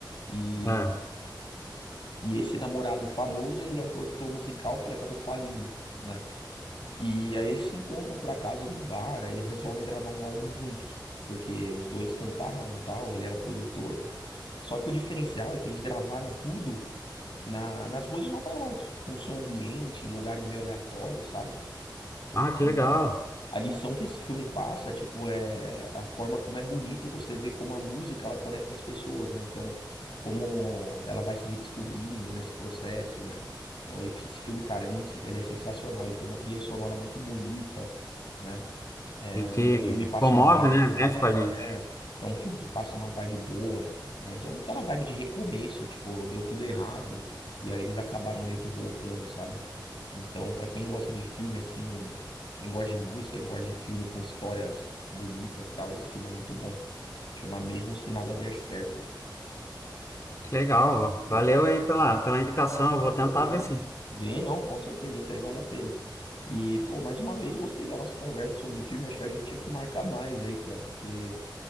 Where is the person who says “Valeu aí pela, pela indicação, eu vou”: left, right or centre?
Left